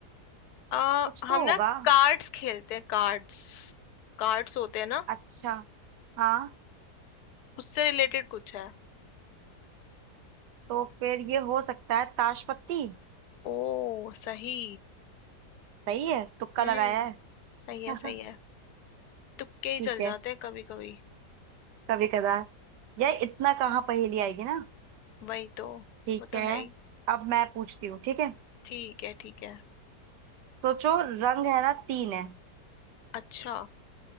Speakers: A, on the left; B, on the right.
A: आ,
B: कुछ
A: हम
B: तो
A: ना
B: होगा
A: कार्ड्स खेलते हैं कार्ड्स कार्ड्स होते हैं ना
B: अच्छा हाँ
A: उससे रिलेटेड कुछ है
B: तो फिर ये हो सकता है ताश पत्ती
A: ओ सही
B: सही है तुक्का
A: हम्म
B: लगाया है
A: सही है सही
B: <laughs>
A: है तुक्के ही
B: ठीक
A: चल
B: है
A: जाते हैं कभी कभी
B: कभी कदार यह इतना कहाँ पहेली आएगी ना
A: वही तो
B: ठीक
A: वो तो
B: है
A: है ही
B: अब मैं पूछती हूँ ठीक है
A: ठीक है ठीक है
B: सोचो रंग है ना तीन है
A: अच्छा